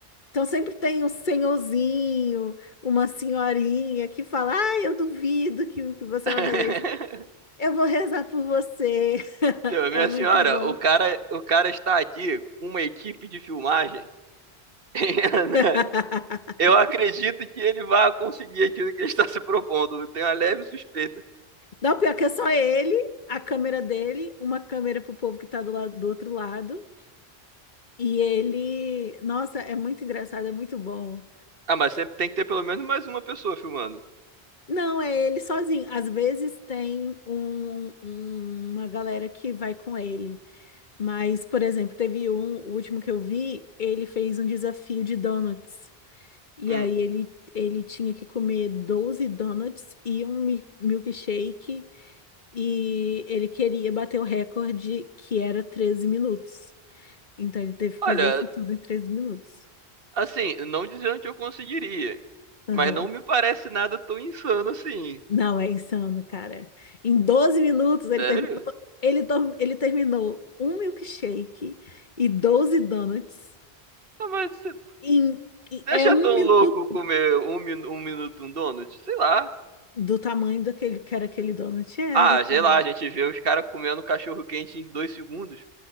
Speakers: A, on the left; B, on the right.
A: Então sempre tem um senhorzinho, uma senhorinha que fala: Ah, eu duvido que, que você
B: <laughs>
A: vai fazer isso. Eu vou rezar por você. <laughs>
B: Então, minha
A: É muito
B: senhora,
A: bom.
B: o cara, o cara está aqui com uma equipe de filmagem. <laughs>
A: <laughs>
B: Eu acredito que ele vai conseguir aquilo que ele está se propondo. Eu Tenho uma leve suspeita.
A: Não, pior que é só ele, a câmera dele, uma câmera pro povo que tá do lado do outro lado. E ele, nossa, é muito engraçado, é muito bom.
B: Ah, mas sempre tem que ter pelo menos mais uma pessoa filmando.
A: Não, é ele sozinho. Às vezes tem um- um- uma galera que vai com ele. Mas, por exemplo, teve um, o último que eu vi, ele fez um desafio de donuts. E
B: Hum.
A: aí ele, ele tinha que comer 12 donuts e um mi- milkshake. E ele queria bater o recorde, que era 13 minutos. Então ele teve que
B: Olha,
A: fazer isso tudo em treze minutos.
B: assim, não dizendo que eu conseguiria,
A: Aham.
B: mas não me parece nada tão insano assim.
A: Não, é insano, cara. Em 12 minutos ele
B: Sério?
A: terminou, ele, tor- ele terminou um milkshake e 12 donuts.
B: Ah, mas você-
A: Em, e-
B: Deixa
A: é um
B: tão
A: minuto.
B: louco comer um, minu- um minuto um donut? Sei lá.
A: Do tamanho daquele que era aquele donut era,
B: Ah,
A: cara.
B: sei lá, a gente vê os caras comendo cachorro quente em dois segundos.